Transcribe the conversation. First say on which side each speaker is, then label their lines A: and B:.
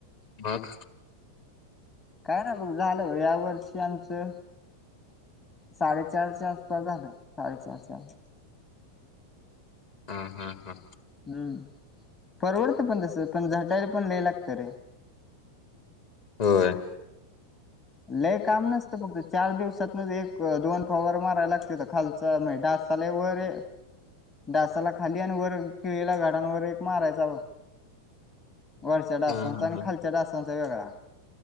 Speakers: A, on the left; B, on the left.
A: भाघ.
B: काय नाही बघ झालं या वर्षी आमचं. साडेचारच्या आसपास झालं साडेचारच्या.
A: हा. हा. हा.
B: हम्म परवडतं पण तस पण झटायला पण लिय लागत रे.
A: होय.
B: लय काम नसतं फक्त चार दिवसातनं एक दोन फवारं मारायला लागत्यात, खालचा नाय डा असा लय वर ए डासाला खाली आणि वर केिळीला घाडांवरर एक मारायच व वरच्या डासांचा
A: हा हा
B: आणि
A: हा
B: खालच्या डासांचा वेगळा